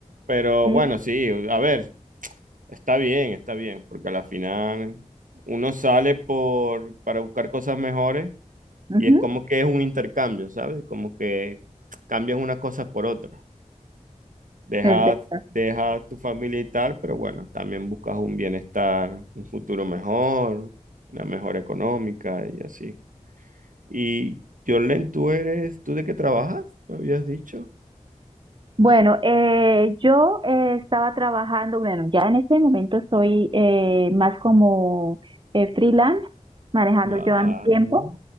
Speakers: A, on the right (about 85°); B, on the right (about 40°).
A: Pero
B: sí,
A: bueno, sí, a ver, Está bien, está bien, porque a la final uno sale por, para buscar cosas mejores
B: ujú,
A: y es como que es un intercambio, ¿sabes? Como que cambias unas cosas por otras. Dejas,
B: es verdad.
A: dejas tu familia y tal, pero bueno, también buscas un bienestar, un futuro mejor, una mejora económica y así. Y Jorlen, ¿tú eres, tú de qué trabajas? ¿Me habías dicho?
B: Bueno, eh, yo eh, estaba trabajando, bueno, ya en este momento soy eh, más como eh, freelance, manejando
A: Vale,
B: yo a mi tiempo,